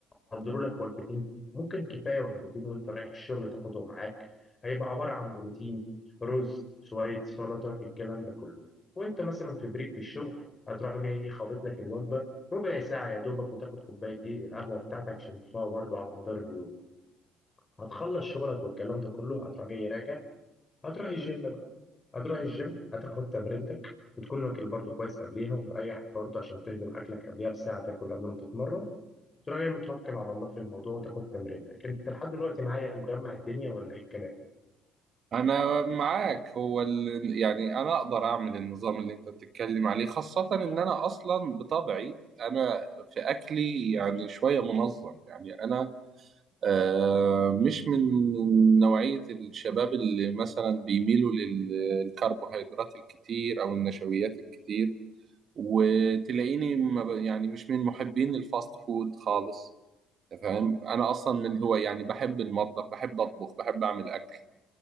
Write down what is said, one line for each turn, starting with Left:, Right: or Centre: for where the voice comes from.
Left: يحضروا لك وجبتين ممكن كفاية وجبتين وأنت رايح الشغل تاخدهم معاك هيبقى عبارة عن بروتين رز شوية سلطة الكلام ده كله وأنت مثلا في بريك في الشغل هتروح جاي خابط لك الوجبة ربع ساعة يا دوبك وتاخد كوباية ايه القهوة بتاعتك عشان تفوق برضو على مدار اليوم هتخلص شغلك والكلام ده كله هتروح جاي راجع هتروح الجيم بقى هتروح الجيم هتاخد تمرينتك وتكون واكل برضو كويس قبليها ومريح برضو عشان تهضم اكلك قبليها بساعة تاكل قبل ما تتمرن تروح جاي متوكل على الله في الموضوع وتاخد تمرينتك انت لحد دلوقتي معايا مجمع الدنيا ولا ايه الكلام
Right: انا معاك هو ال... يعني انا اقدر اعمل النظام اللي انت بتتكلم عليه خاصة ان انا اصلا بطبعي انا في اكلي يعني شوية منظم يعني انا آه مش من نوعية الشباب اللي مثلا بيميلوا للكربوهيدرات الكتير او النشويات الكتير وتلاقيني ما ب... يعني مش من محبين الفاست فود خالص فاهم انا اصلا من هو يعني بحب المطبخ بحب اطبخ بحب اعمل اكل